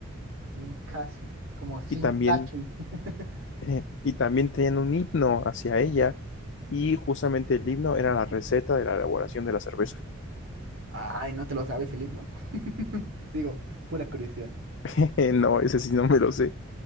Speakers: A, on the right (about 80°); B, on the left (about 60°).
A: Minkashi, como Sinkashi.
B: Y también
A: <laughs>
B: <laughs> Y también tenían un himno hacia ella. Y justamente el himno era la receta de la elaboración de la cerveza.
A: Ay, ¿no te lo sabes el himno? <laughs> Digo, pura curiosidad.
B: <laughs> No, ese sí no me lo sé.